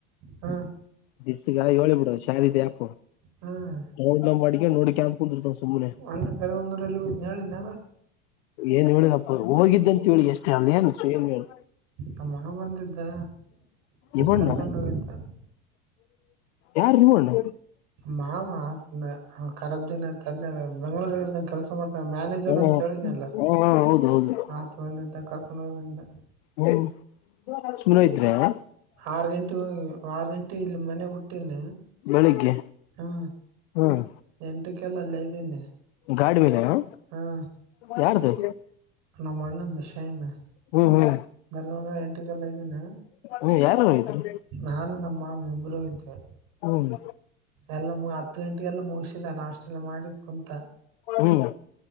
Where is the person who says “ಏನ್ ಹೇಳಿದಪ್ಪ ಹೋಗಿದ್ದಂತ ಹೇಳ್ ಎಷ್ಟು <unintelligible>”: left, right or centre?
Left